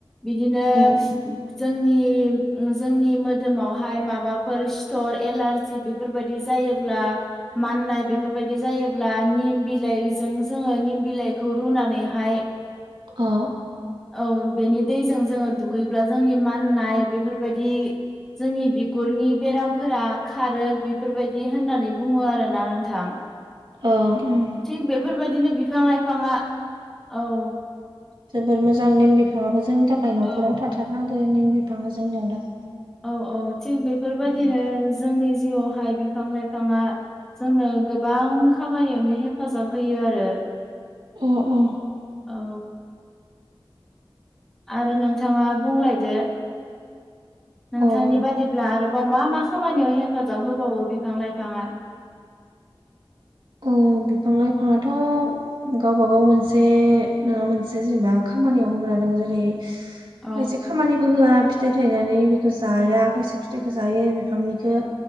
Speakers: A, in the centre; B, on the right.
A: बिदिनो
B: उम
A: जों <unintelligible> जोंनि जों मोदोमावहाय माबाफोर सि्थर एलारजि बेफोरबायदि जायोब्ला माननाय बेफोरबायदि जायोब्ला निम बिलाइजों जोङो निम बिलाइखौ रुनानैहाय <unintelligible>
B: अ
A: औ बेनि दैजों जोङो दुगैब्ला जोंनि माननाय बेफोरबायदि जोंनि बिगुरनि बेरामफोरा खारो बेफोरबायदि होननानै बुङो आरोना नोंथां
B: ओं उम
A: थिग बेफोरबायदिनो बिफां लाइफाङा औ
B: जोबोर मोजां निम बिफाङाबो जोंनि थाखाय न'खराव
A: औ
B: थाथारनांगौ निम बिफाङा जोंनियाव दा
A: औ औ थिग बेफोरबादिनो
B: उम,
A: जोंनि जिउआवहाय बिफां लाइफाङा जोंनो गोबां खामानियावनो हेफाजाब होयो आरो
B: अ अ
A: औ आरो नोंथाङा बुंलायदो नोंथांनि
B: अ
A: बादिब्ला आरोबाव मा मा खामानियाव हेफाजाब होबावो बिफां लाइफाङा
B: औ बिफां लाइफाङाथ' गावबा गाव मोनसे नङा मोनसे जेनेबा खामानियाव होग्रा दङ जेरै खायसे
A: औ
B: खामानिबो होआ फिथाइ थायनानै बेखौ जाया खायसे फिथाइखौ जायो बिफांनिखौ